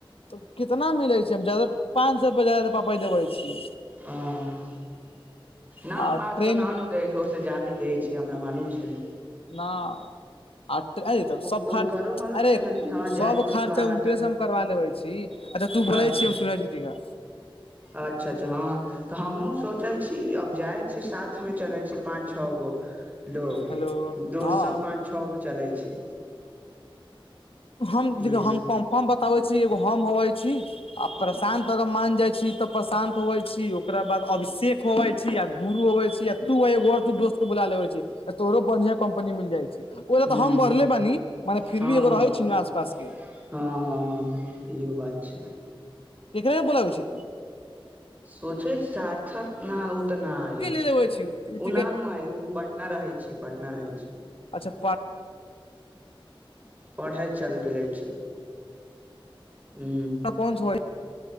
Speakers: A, on the left; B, on the right.
A: त कितना मिलै छै हम जादा पाँच सए रुपआ जादा पापा देबै छी
B: <inaudible> न
A: आ
B: पाँच
A: ट्रेन
B: सए नान
A: के
B: दै छै ओहिस ज्यदे दै छै हमरा मालूम छै न
A: नाउ आ अरे त सब
B: हुनकरो
A: खर्च
B: मालूम
A: अरे
B: छै ने कि हँ
A: सब
B: जाइ छी
A: खर्चा
B: बाहर
A: उनकरे
B: तऽ
A: से हम करबा लेबे छी अच्छा तू बोलै
B: अच्छा
A: छी सुनै दिका
B: अच्छा अच्छा हँ तऽ हमहूँ सोचै छी अब जाइ छी साथमे चलै छै पाँच छओ गो लोग
A: हेलो
B: दो
A: हँ
B: स पाच छओ गो चलै छी
A: हम
B: इहे
A: देख
B: सब
A: हम कम हम बताबे छी एगो हम होवै छी आ प्रशांत अगर मान जाइ छी तऽ प्रशांत होवै छी ओक बाद अभिषेेक होवे छी य गुरु होवे छी तू तू दोस्त के बोला लेवे तोरो बढ़ियां कम्पनी मिल जाइ छी ओहि ल
B: हूं
A: तऽ हम
B: हूं
A: बढ़ले बानी मने फिर
B: हँ
A: भी एगो
B: हँ
A: रहै छै आसपास के
B: हँ हँ इहो बात छैय
A: एकरे बोला के छै
B: सोचे सार्थक न आ तऽ न आयू
A: देब <inaudible>
B: उना न आइ ओ पटना रहै छी पटना रहै छी
A: अच्छा पट
B: पढ़ै चलि गेले छी हू
A: कोन होइ